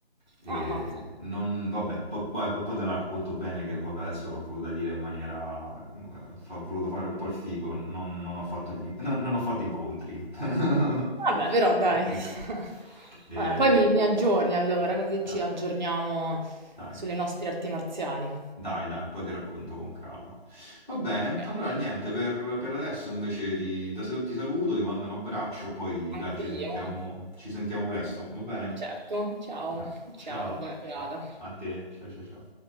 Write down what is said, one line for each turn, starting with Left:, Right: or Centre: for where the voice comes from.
Centre: e
Right: Ah, mazza.
Centre: non, vabbè, po- poi, poi- poi te la racconto bene che vabbè, adesso l'ho voluta dire in maniera, f- ho voluto fare un po' il figo, non, non ho fatto gli in- <laughs> non non ho fatto incontri. <laughs>
Right: Vabbè, però dai.
Centre: Quindi,
Right: <laughs>
Centre: eh,
Right: Vabbè, poi mi, mi aggiorni allora, così
Centre: dai,
Right: ci aggiorniamo
Centre: dai.
Right: sulle nostre arti marziali.
Centre: Dai, dai, poi ti racconto con calma. Va bene,
Right: Perfetto,
Centre: allora niente, per, per adesso invece ti, da- ti saluto, ti mando un abbraccio, poi
Right: anche
Centre: dai, ci
Right: io.
Centre: sentiamo, ci sentiamo presto, va bene?
Right: Certo, ciao,
Centre: Dai, ciao,
Right: ciao, buona serata.
Centre: ciao. a te, ciao ciao ciao.